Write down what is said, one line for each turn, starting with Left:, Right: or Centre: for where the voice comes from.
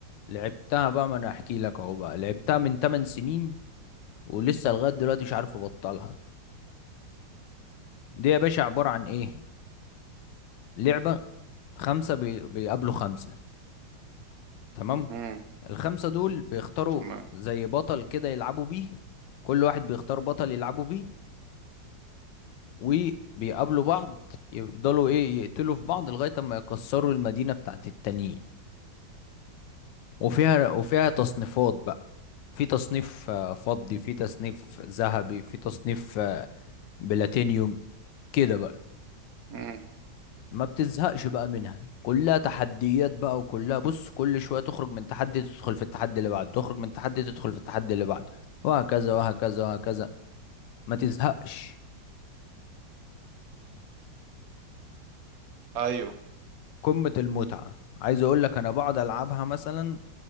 Left: لعبتها بقى ما انا احكي لك اهو بقى لعبتها من 8 سنين ولسه لغاية دلوقتي مش عارف ابطلها دي يا باشا عبارة عن ايه لعبة خمسة بي... بيقابلوا خمسة تمام
Right: امم
Left: الخمسة دول بيختاروا
Right: تمام
Left: زي بطل كده يلعبوا بيه كل واحد بيختار بطل يلعبوا بيه وبيقابلوا بعض يفضلوا ايه يقتلوا في بعض لغاية ما يكسروا المدينة بتاعت التانيين وفيها وفيها تصنيفات بقى في تصنيف آه، فضي في تصنيف ذهبي في تصنيف آه، بلاتينيوم كده بقى
Right: امم
Left: ما بتزهقش بقى منها كلها تحديات بقى وكلها بص كل شوية تخرج من تحدي تدخل في التحدي اللي بعده تخرج من تحدي تدخل في التحدي اللي بعده وهكذا وهكذا وهكذا ما تزهقش
Right: ايوه
Left: قمة المتعة عايز اقول لك انا بقعد العبها مثلا